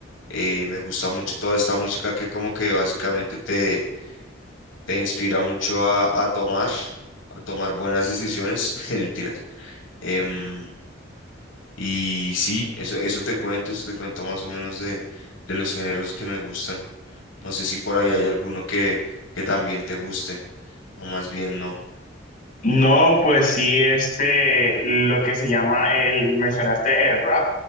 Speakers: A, on the left (about 85°); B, on the left (about 45°).
A: eh, me gusta mucho toda esta música que como que básicamente te, te inspira mucho a, a tomar, a tomar buenas decisiones, <laughs> mentiras. Em, y sí, eso, eso te cuento, eso te cuento más o menos de, de los géneros que me gustan. No sé si por ahí hay alguno que, que también te guste, o más bien no.
B: No, pues sí, este, lo que se llama el, mencionaste el rap.